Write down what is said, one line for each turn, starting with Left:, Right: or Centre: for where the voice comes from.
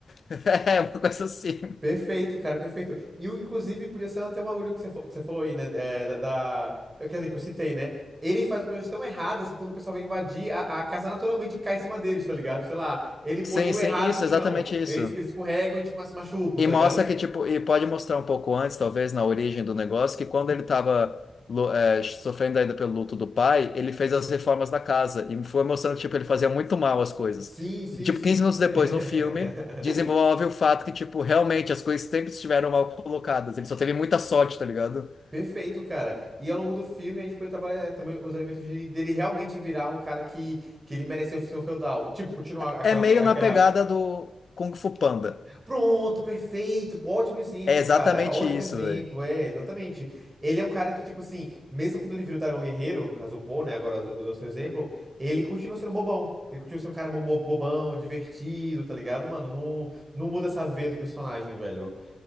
Left: <laughs> É, uma coisa assim.
Right: Perfeito, cara, perfeito. E, o- inclusive, podia ser até um bagulho que você, fa- que você falou aí, né? é, da, da- eu- Quer dizer, que eu citei, né? Ele faz coisas tão erradas que quando o pessoal vai invadir, a, a casa naturalmente cai em cima deles, tá ligado? Sei lá, ele poliu
Left: Sim, sim,
Right: errado
Left: isso,
Right: o chão,
Left: exatamente isso.
Right: eles, eles escorregam e tipo, se machucam,
Left: E
Right: tá
Left: mostra
Right: ligado?
Left: que, tipo, e pode mostrar um pouco antes, talvez, na origem do negócio, que quando ele tava, lu- é, sofrendo ainda pelo luto do pai, ele fez as reformas da casa e foi mostrando, tipo, ele fazia muito mal as coisas.
Right: Sim, sim,
Left: E, tipo,
Right: sim.
Left: 15 minutos
Right: <laughs>
Left: depois, no filme, desenvolve o fato que, tipo, realmente as coisas sempre estiveram mal colocadas. Ele só teve muita sorte, tá ligado?
Right: Perfeito, cara. E ao longo do filme, a gente pode trabalhar eh, também os elementos de- dele realmente virar um cara que, que ele mereceu ser um feudal. Tipo, continuar aquela,
Left: É meio
Right: aquela.
Left: na pegada do Kung Fu Panda.
Right: Pronto, perfeito. Ótimo exemplo,
Left: É exatamente
Right: cara. Ótimo
Left: isso,
Right: exemplo.
Left: velho.
Right: É, exatamente. Ele é um cara que, tipo assim, mesmo quando ele vira o Dragão Guerreiro, no caso o Poe, né? Agora us- usando seu exemplo, ele continua sendo bobão. Ele continua sendo um cara bo- bo- bobão, divertido, tá ligado, mano? Não, não muda essa veia do personagem, velho.